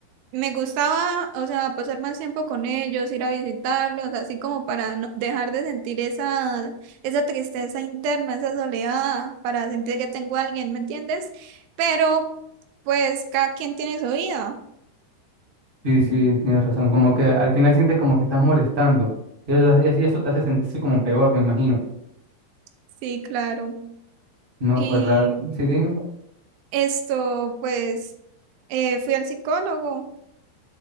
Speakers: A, on the right (about 80°); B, on the right (about 15°).
A: me gustaba, o sea, pasar más tiempo con ellos, ir a visitarlos, así como para no- dejar de sentir esa, esa tristeza interna, esa soledad, para sentir que tengo a alguien, ¿me entiendes? Pero, pues, cada quien tiene su vida.
B: Sí, sí, tienes razón, como que al final sientes como que estás molestando y eso, y así- eso te hace sentirse como peor, me imagino.
A: Sí, claro.
B: No,
A: Y
B: pues la... Sí, dime.
A: esto, pues, eh, fui al psicólogo.